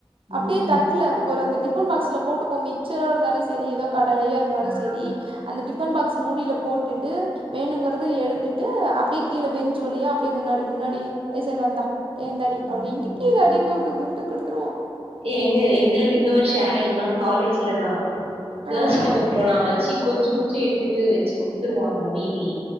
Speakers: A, on the right; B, on the right.
A: ம்.
B: அப்டியே தட்டுல ஒரு அந்த டிப் பன் பாக்ஸ்ல போட்டுப்போ மிச்சரா இருந்தாலு செரி எதோ கடலையா இருந்தாலு
A: ஆ.
B: செரி அந்த டிஃபன் பாக்ஸ் மூடில போட் ட்டுட்டு வேணுங்குறத எடுத்துட்டு அப்டியே கீழ பெஞ்சு வழியா அப்டியே முன்னாடி முன்னாடி ஏ செல்வா இந்தா ஏ இந்தாடி
A: ம்.
B: அப்டின்ட்டு கீழ அப்டி கூப்ட்டு கூப்ட்டு குடுத்துருவோ
A: ஏ எங்க எங்ளுக்கு இந்த மாரி ஷேரிங்ளா காலேஜ்லதா கேள்ஸ்
B: ஆ
A: பக்கொ போனாவாச்சி கொஞ்சொ கொஞ்சொ எடுத்துட்டு வச்சு குடுத்துருவாங்க மீதி